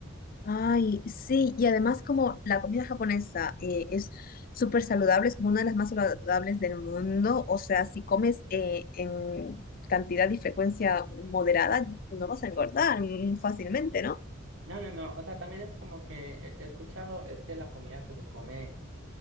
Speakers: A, on the left (about 45°); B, on the right (about 70°).
A: Ay, sí, y además como la comida japonesa eh, es súper saludable, es como una de las más saludables del mundo, o sea, si comes eh, en cantidad y frecuencia moderada, no vas a engordar mm, fácilmente, ¿no?
B: No, no, no. O sea, también es como que he he escuchado, es que la comida que se come,